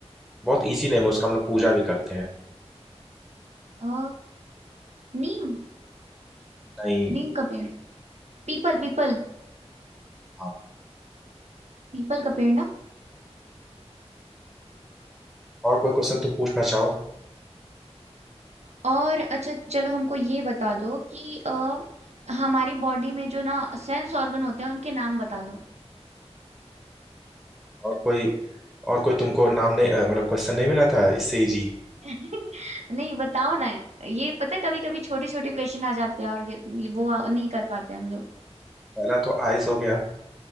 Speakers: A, in the centre; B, on the right (about 75°).
A: बहुत इजी नेम है उसका हम लोग पूजा भी करते हैं
B: अ नीम
A: नहीं
B: नीम का पेड़ पीपल पीपल
A: हाँ
B: पीपल का पेड़ ना
A: और कोई क्वेश्चन तुम पूछना चाहो
B: और अच्छा चलो हमको ये बता दो कि अ हमारी बॉडी में जो ना सेंस ऑर्गन होते हैं उनके नाम बता दो
A: और कोई और कोई तुमको नाम नहीं अ, मतलब क्वेश्चन नहीं मिला था इससे इजी
B: <laughs> नहीं बताओ ना ये पता कभी कभी छोटे छोटे क्वेश्चन आ जाते हैं और ये, वो नहीं कर पाते हम लोग
A: पहला तो आइस हो गया